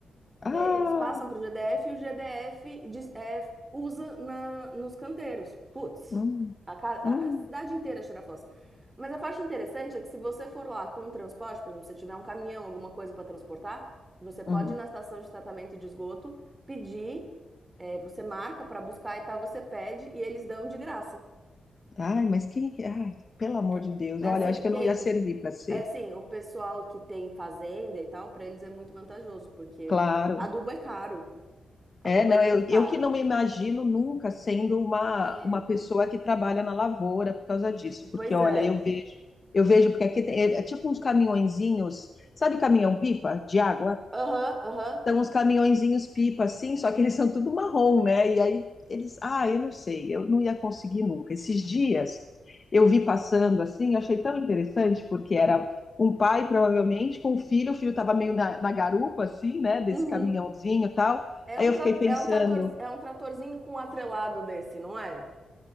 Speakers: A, on the left; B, on the right.
A: Ah,
B: Eles passam para o GDF e o GDF diz- é, usa na, nos canteiros. Putz,
A: hum,
B: a, ca- a-
A: hum,
B: cidade inteira cheira a fossa. Mas a parte interessante é que se você for lá com um transporte, por exemplo, se tiver um caminhão, alguma coisa para transportar, você pode
A: hum.
B: ir na estação de tratamento de esgoto, pedir, é, você marca para buscar e tal, você pede e eles dão de graça.
A: Ai, mas quem que. Ai, pelo amor
B: É
A: de Deus,
B: é
A: olha,
B: assim,
A: acho que
B: quem,
A: eu não ia servir para ser.
B: é assim, o pessoal que tem fazenda e tal, para eles é muito vantajoso, porque
A: Claro.
B: a- adubo é caro. Adubo
A: É, não,
B: é muito
A: eu,
B: caro.
A: eu que não me imagino nunca sendo uma,
B: É,
A: uma pessoa que trabalha na lavoura por causa disso,
B: Pois
A: porque olha,
B: é.
A: eu vejo, eu vejo, porque aqui tem- é, é tipo uns caminhõezinhos, sabe caminhão-pipa de água?
B: Aham, aham.
A: São uns caminhõezinhos pipa, assim, só que eles são tudo marrom, né? E aí eles, ah, eu não sei, eu não ia conseguir nunca. Esses dias eu vi passando assim, achei tão interessante, porque era um pai, provavelmente, com o filho, o filho estava meio na, na garupa, assim, né? Desse
B: Uhum.
A: caminhãozinho e tal.
B: É
A: Aí
B: um,
A: eu
B: tra-
A: fiquei pensando,
B: é um trator, é um tratorzinho com um atrelado desse, não é?